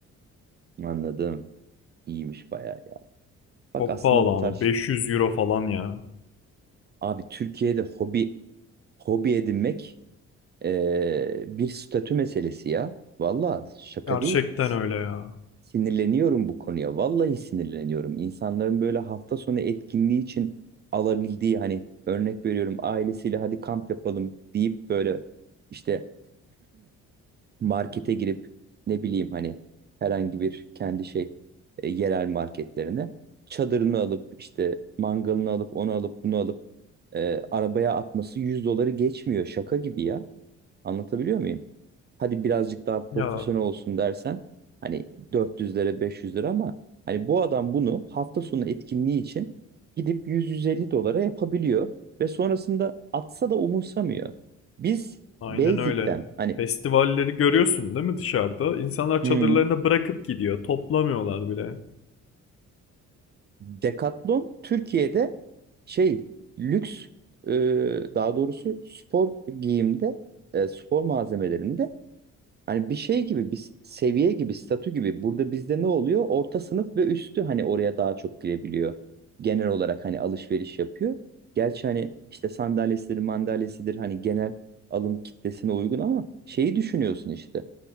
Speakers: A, on the right (about 35°); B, on the left (about 50°).
A: Anladım. İyiymiş bayağı ya. Bak
B: Çok
A: aslında
B: pahalı
A: bu
B: ama
A: tarz şey,
B: 500 euro falan ya.
A: abi Türkiye'de hobi hobi edinmek eee, bir statü meselesi ya. Valla şaka
B: Gerçekten
A: değil. Si,
B: öyle ya.
A: Sinirleniyorum bu konuya. Vallahi sinirleniyorum. İnsanların böyle hafta sonu etkinliği için alabildiği hani örnek veriyorum ailesiyle hadi kamp yapalım deyip böyle işte markete girip ne bileyim hani herhangi bir kendi şey e, yerel marketlerine çadırını alıp işte mangalını alıp onu alıp bunu alıp e, arabaya atması 100 doları geçmiyor. Şaka gibi ya. Anlatabiliyor muyum? Hadi birazcık daha profesyonel
B: Ya
A: olsun dersen hani 400 lira 500 lira ama hani bu adam bunu hafta sonu etkinliği için gidip 100-150 dolara yapabiliyor ve sonrasında atsa da umursamıyor. Biz
B: aynen
A: basic'ten
B: öyle.
A: hani
B: Festivalleri görüyorsun değil mi dışarıda? İnsanlar
A: hmm,
B: çadırlarını bırakıp gidiyor. Toplamıyorlar bile.
A: Decathlon Türkiye'de şey lüks e, daha doğrusu spor giyimde e, spor malzemelerinde Hani bir şey gibi, bir seviye gibi, statü gibi. Burada bizde ne oluyor? Orta sınıf ve üstü hani oraya daha çok girebiliyor. Genel olarak hani alışveriş yapıyor. Gerçi hani işte sandalyesidir, mandalyesidir hani genel alım kitlesine uygun ama şeyi düşünüyorsun işte.